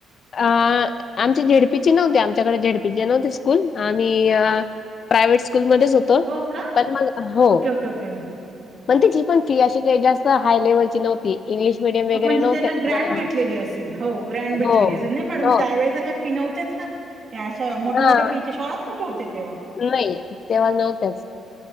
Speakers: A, on the left; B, on the right.
A: अ आमची झेडपीची नव्हती, आमच्याकडे झेडपीची नव्हती स्कूल आणि अ प्रायव्हेट स्कूलमध्येच होतो
B: हो का?
A: पण मग हो
B: ओके ओके ओके
A: पण तिची पण फी अशी काही जास्त काय हाय लेव्हलची नव्हती. इंग्लिश मिडियम वगैरे
B: अ म्हणजे
A: नव्हत्या
B: त्यांना ग्रँड भेटलेली असेल, हो ग्रँड भेटलेली
A: हो
B: असेल. नाही मॅडम
A: हो
B: त्यावेळेस अशा फी नव्ह त्याच ना. या अशा मोठ्या
A: हा
B: मोठ्या फींच्या शाळाच कुठे होत्या तेव्हा?
A: नाही तेव्हा नव्हत्याच.